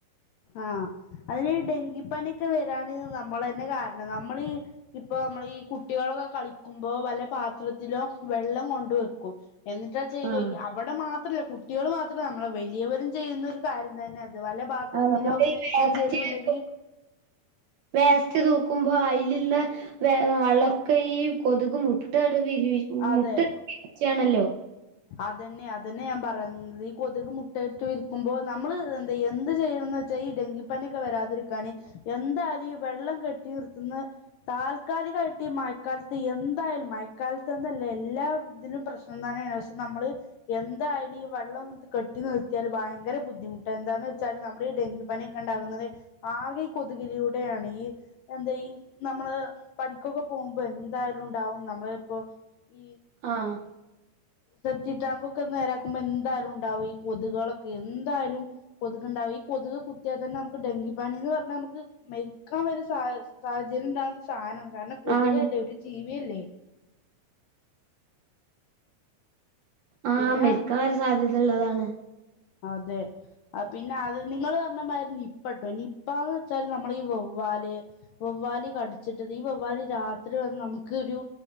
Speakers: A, on the left; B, on the right.
A: ആഹ അതിന് ഡെങ്കിപ്പനിയൊക്കെ വെരാന് നമ്മളന്നെ കാരണം നമ്മളീ ഇപ്പൊ നമ്മൾ ഈ കുട്ടികളൊക്കെ കളിക്കുമ്പോ വല്ല പാത്രത്തിലോ വെള്ളം കൊണ്ട് വെക്കും എന്നിട്ടാ ചെയ്ലോയ്
B: ആഹ്
A: അവട മാത്രല്ല കുട്ട്യാള് മാത്രല്ല നമ്മള് വലിയവരും ചെയ്യുന്ന ഒരു കാര്യം തന്നെ അത് വല്ല പാത്രത്തിലോ
B: ആഹ് നമ്മള് ഈ വേസ്റ്റ്
A: എന്തെലും ഉണ്ടെങ്കി
B: വേസ്റ്റ് തൂക്കുമ്പോ അയ്ല്ള്ള വെ വള്ളൊക്കെ ഈ കൊതുക് മുട്ടടു വിരിവി
A: അതെ
B: മുട്ട വിരിയിച്ചാണല്ലോ
A: അതന്നെ അതന്നെ ഞാൻ പറയുന്നത് ഈ കൊതുക് മുട്ടയിട്ട് വിൽക്കുമ്പോൾ നമ്മള് എന്തയ്യ എന്ത് ചെയ്യുന്ന ഈ ഡെങ്കിപ്പണിയൊക്കെ വരാതിരിക്കാന് എന്തായാലും ഈ വെള്ളം കെട്ടി നിർത്തുന്ന താൽക്കാലികായിട്ട് ഈ മഴക്കാലത്ത് എന്തായാലും മഴക്കാലത്ത് ന്നല്ല എല്ലാ ഇതിലും പ്രശ്നം തന്നെയാണ് പക്ഷെ നമ്മള് എന്തായാലു ഈ വള്ളം കെട്ടി നിർത്തിയാൽ ഭയങ്കര ബുദ്ധിമുട്ട് എന്താന്ന് വെച്ചാല് നമ്മുടെ ഈ ഡെങ്കിപ്പനി ക്കണ്ടാകുന്നത് ആകെ കൊതുകിലിലൂടെയാണ് ഈ എന്താ ഈ നമ്മള് പണിക്കൊക്കെ പോവുമ്പോ എന്തായാലും ഉണ്ടാവും നമ്മളെപ്പോ ഈ
B: ആഹ്
A: സെപ്റ്റി ടാങ് ഒക്കെ നേരാക്കുമ്പോ എന്തായാലും ഉണ്ടാവും ഈ കൊതുകുകളൊക്കെ എന്തായാലും കൊതുക് ഉണ്ടാവും ഈ കൊതുക് കുത്തിയാൽ തന്നെ നമുക്ക് ഡെങ്കി പനി എന്ന് പറഞ്ഞാൽ നമുക്ക് വെക്കാൻ വരെ സാഹചര്യം ഉണ്ടാവുന്ന സാധനമാണ് കാരണം കൊതുക്
B: ആഹ്
A: അല്ലേ ഒരു ജീവിയല്ലേ
B: ആഹ്
A: പിന്നെ
B: മക്കാൻ വരെ സാധ്യത ഉള്ളതാണ്
A: അതെ ആ പിന്നെ അത് നിങ്ങള് പറഞ്ഞ മാതിരി നിപ്പട്ടോ നിപ്പാന്ന് വെച്ചാല് നമ്മളേ ഈ വവ്വാല് വവ്വാലി കടിച്ചിട്ടത് ഈ വവ്വാലി രാത്രി വന്ന് നമുക്ക് ഒരു